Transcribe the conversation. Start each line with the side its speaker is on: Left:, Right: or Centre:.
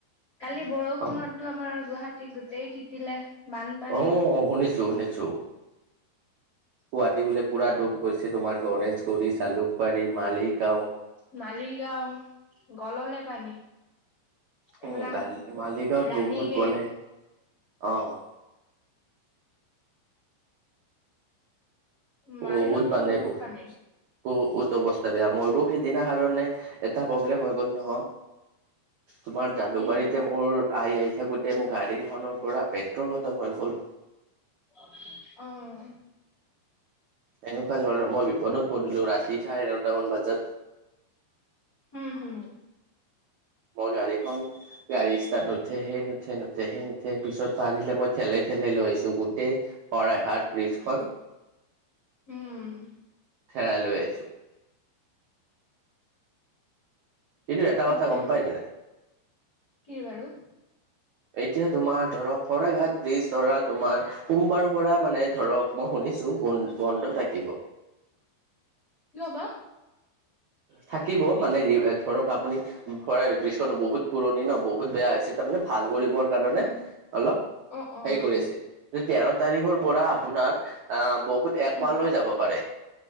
Left: কালি বৰষুণতো
Right: অ',
Left: আমাৰ গুৱাহাটীত গোটেই তিতিলে বানপানী
Right: অ শুনিছো শুনিছো। গুৱাহাটী বোলে পুৰা ডুব গৈছে তোমাৰ গণেশগুৰি জালুকবাৰী মালিগাঁও।
Left: মালিগাঁও গললে পানী- এইবিলাক
Right: উম মালিগাঁৱত
Left: ৰাণী
Right: বহুত
Left: গেট
Right: বলে অঁ।
Left: মালিগাঁওতো
Right: বহুত বানে
Left: বহুত
Right: বস্তু।
Left: পানী
Right: বহুত অৱস্থা বেয়া মৰো সেইদিনা কাৰণে এটা প্ৰব্লেম হৈ গ'ল নহয়। তোমাৰ জালুকবাৰীতে
Left: কি বাৰু
Right: মোৰ আহি আহি থাকোতে মোৰ গাড়ী- খনৰ পৰা পেট্ৰল খতম হৈ গ'ল।
Left: অঁ'
Right: এনেকুৱা ধৰণৰ। মই বিপদত পৰিলো, ৰাতি চাৰে নটামান বজাত-
Left: হুম, হুম।
Right: মই গাড়ীখন গাড়ী ষ্টাত নুঠে হে নুঠে, নুঠে হে নুঠে পিছত পাৰিলে মই ঠেলেই ঠেলেই লৈ আইছো গোটেই- শৰাইহাট ব্ৰিজখন।
Left: উম'
Right: হেৰাই লৈ আইছোঁ- কিন্তু এটা
Left: আত্ছা
Right: কথা গম পাই নে নাই
Left: কি বাৰু?
Right: এতিয়া তোমাৰ ধৰক শৰাঘাট ব্ৰিজ ধৰা তোমাৰ- সোমবাৰৰ পৰা মানে ধৰক মই শুনিছো বন্ বন্ধ থাকিব।
Left: ৰবা।
Right: থাকিব মানে ৰিভেত- ধৰক আপুনি ভৰা ব্ৰিজখনো বহুত পুৰণি ন বহুত বেয়া হৈছে তাৰমানে ভাল কৰিবৰ- কাৰণে
Left: উম,
Right: অলপ
Left: অ', অ',
Right: হেই
Left: আচ্ছা।
Right: কৰি আছে। ত তেৰ তাৰিখৰ পৰা আপোনাৰ- অঁ, বহুত একমাহলৈ
Left: উম,
Right: যাব পাৰে।